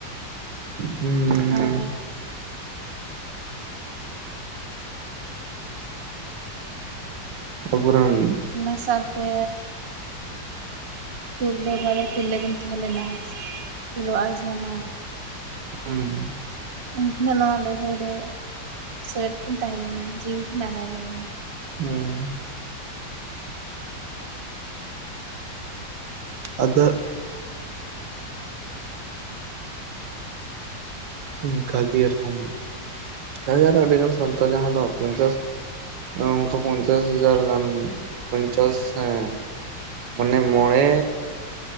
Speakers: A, on the right (about 90°); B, on the right (about 45°).
A: ᱦᱮᱸ
B: ᱟᱨ
A: ᱟᱵᱚᱨᱮᱱ
B: ᱚᱱᱟ ᱥᱟᱶᱛᱮ ᱛᱤᱨᱞᱟᱹ ᱵᱟᱨᱮᱭᱲ ᱤᱨᱞᱟᱹ ᱠᱤᱱ ᱛᱟᱦᱮᱸᱞᱮᱱᱟ ᱯᱷᱩᱞᱳ ᱟᱨ ᱡᱷᱟᱱᱚ᱾
A: ᱩᱸ
B: ᱩᱱᱠᱤᱱᱟᱜ ᱱᱚᱣᱟ ᱞᱟᱹᱲᱦᱟᱹᱭ ᱨᱮ ᱥᱮᱞᱮᱫ ᱠᱤᱱ ᱛᱟᱦᱮᱸ ᱞᱮᱱᱟ ᱡᱤᱣᱤᱠᱤᱱ ᱟᱞᱟᱭ ᱞᱮᱫᱟ᱾
A: ᱦᱩᱸ ᱟᱫᱚ ᱚᱱᱠᱟᱜᱮ ᱟᱨᱦᱚᱸ ᱚᱱᱠᱟᱜᱮ ᱟᱨᱦᱚᱸ ᱟᱹᱰᱤᱜᱟᱱ ᱥᱟᱱᱛᱟᱲ ᱡᱟᱦᱟᱸ ᱫᱚ ᱯᱚᱧᱪᱟᱥ ᱚᱱᱠᱟ ᱯᱚᱧᱪᱟᱥ ᱦᱟᱡᱟᱨ ᱜᱟᱱ ᱯᱚᱧᱪᱟᱥ ᱦᱮᱸ ᱢᱟᱱᱮ ᱢᱚᱬᱮ